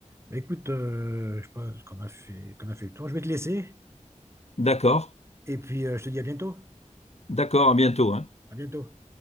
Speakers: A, on the right; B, on the left.
A: Bah, écoute, euh, je pense qu'on a fait, qu'on a fait le tour. Je vais te laisser.
B: D'accord,
A: Et puis, euh, je te dis à bientôt.
B: d'accord, à bientôt, hein.
A: À bientôt.